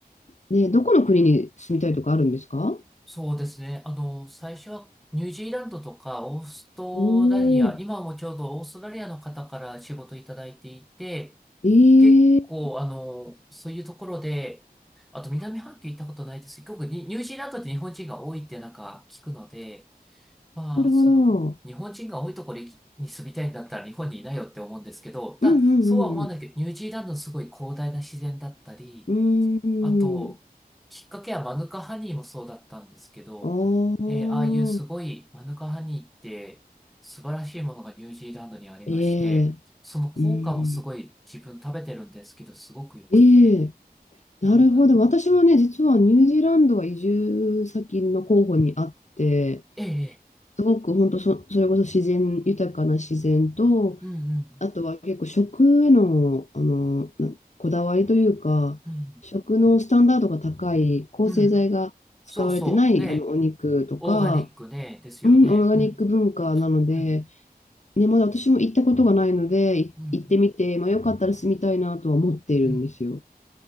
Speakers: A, on the left; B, in the centre.
A: ね、どこの国に住みたいとかあるんですか
B: そうですね。あの、最初はニュージーランドとかオーストラリア、
A: おー、
B: 今もちょうどオーストラリアの方から仕事いただいていて、
A: え
B: 結構、
A: ー、
B: あの、そういうところで、あと南半球行ったことないですけど、結構にニュージーランドって日本人が多いってなんか聞くので、まあ、
A: なるほど。
B: その、日本人が多いところにに住みたいんだったら日本にいないよって思うんですけど、ただ、
A: うん
B: そうは思わないけど、
A: うん
B: ニュージーランドのすごい広大な自然だったり、
A: うんうん。うーん。
B: あと、きっかけはマヌカハニーもそうだったんですけど、
A: ああ、
B: えーああいうすごいマヌカハニーって素晴らしいものがニュージーランドにありまして、
A: ええ
B: その効果もすごい自分食べてるんですけど、
A: うん。
B: すごく良くて、
A: ええなるほど。
B: なんだろう。
A: 私もね、実はニュージーランドは移住先の候補にあって、
B: ええ、ええ
A: すごく本当そ、それこそ自然、豊かな自然と、
B: うんうん、
A: あとは結構食への、あの、なこだわりというか、
B: うん、
A: 食のスタンダードが高い、抗生剤が使われてないあのお肉とか、
B: うん。そうそう、ね、オーガニックね、ですよね。
A: うん、オーガニック文化なので、
B: うん、うん、
A: ね、まだ私も行ったことがないので、い行ってみて、
B: うん、
A: まあ、よかったら住みたいなとは思っているんですよ。
B: うん。